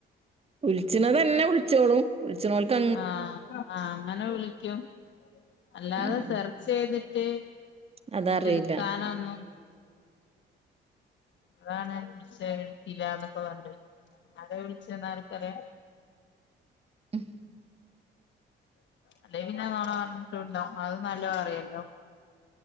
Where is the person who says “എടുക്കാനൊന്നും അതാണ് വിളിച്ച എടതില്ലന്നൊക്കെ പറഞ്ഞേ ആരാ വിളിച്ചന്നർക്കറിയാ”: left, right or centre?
Left